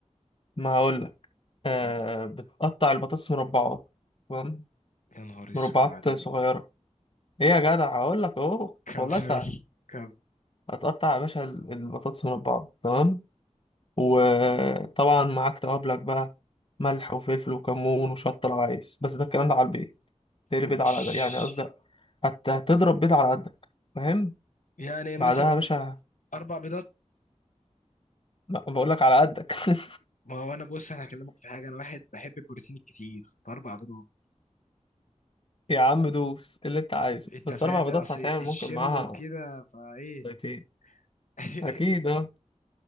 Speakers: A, on the left (about 45°); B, on the left (about 85°).
A: ما هقول لك آه
B: قول لي
A: بتقطع البطاطس مربعات تمام
B: يا نهار اسود
A: مربعات
B: عليك
A: صغيره ايه يا جدع هقول لك اهو
B: كمل
A: والله سهل
B: كمل
A: هتقطع يا باشا ال- البطاطس مربعات تمام وطبعا معاك توابلك بقى ملح وفلفل وكمون وشطه لو عايز بس ده الكلام ده على البيض تقلي
B: ماشي
A: بيض على قد- يعني قصدي هت- هتضرب بيض على قدك فاهم
B: يعني مثلا
A: بعدها يا باشا
B: اربع بيضات
A: بقول لك على قدك <laughs>
B: ما هو انا بص انا هكلمك في حاجه انا واحد بحب البروتين الكتير فاربع بيضات
A: يا عم دوس إيه اللي انت عايزه
B: انت
A: بس
B: فاهم
A: اربع بيضات
B: اصل
A: هتعمل
B: الجيم
A: ممكن معاها
B: وكده فايه
A: بيضتين
B: <laughs>
A: اكيد اه